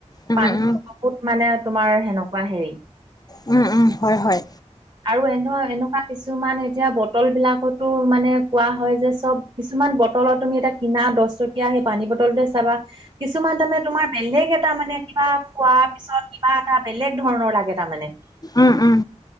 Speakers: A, on the left; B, on the right.
A: উম
B: পানীটো
A: উম
B: বহুত মানে তোমাৰ সেনেকুৱা হেৰি।
A: উম-উম, হয়-হয়।
B: আৰু এনেও এনেকুৱা কিছুমান এতিয়া বটল বিলাকতো মানে কোৱা হয় যে চব কিছুমান বটলত তুমি এটা কিনা দহ টকীয়া সেই পানী বটলটোৱেই চাবা কিছুমান তাৰমানে তোমাৰ বেলেগ এটা মানে কিবা খোৱাৰ পিছত কিবা এটা বেলেগ ধৰণৰ লাগে তাৰমানে।
A: উম-উম।